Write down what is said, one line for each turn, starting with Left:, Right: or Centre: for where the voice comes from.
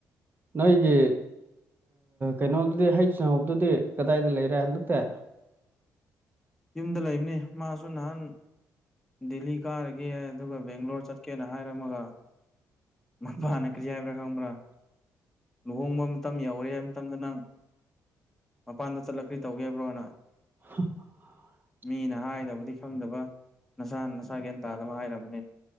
Right: ꯅꯣꯏꯒꯤ ꯀꯩꯅꯣꯗꯨꯗꯤ ꯍꯩ ꯅꯍꯧꯕꯗꯨꯗꯤ ꯀꯗꯥꯏꯗ ꯂꯩꯔꯦ ꯅꯠꯇꯦ
Centre: ꯌꯨꯝꯗ ꯂꯩꯕꯅꯤ ꯃꯥꯁꯨ ꯅꯍꯥꯟ ꯗꯦꯜꯂꯤ ꯀꯥꯔꯒꯦ ꯑꯗꯨꯒ ꯕꯦꯡꯒ꯭ꯂꯣꯔ ꯆꯠꯀꯦꯅ ꯍꯥꯏꯔꯝꯃꯒ ꯃꯄꯥꯅ
Right: ꯎꯝ
Centre: ꯀꯔꯤ ꯍꯥꯏꯕꯔ ꯈꯪꯕ꯭ꯔꯥ ꯂꯨꯍꯣꯡꯕ ꯃꯇꯝ ꯌꯧꯔꯦ ꯍꯥꯏꯕ ꯃꯇꯝꯗ ꯅꯪ ꯃꯄꯥꯟꯗ ꯆꯠꯂ ꯀꯔꯤ ꯇꯧꯒꯦꯕ꯭ꯔꯣꯅ
Right: <unintelligible>
Centre: ꯃꯤꯅ ꯍꯥꯏꯗꯕꯨꯗꯤ ꯈꯪꯗꯕ ꯅꯁꯥꯅ ꯅꯁꯥ ꯒ꯭ꯌꯥꯟ ꯇꯥꯗꯕ ꯍꯥꯏꯔꯔꯕꯅꯤꯅꯦ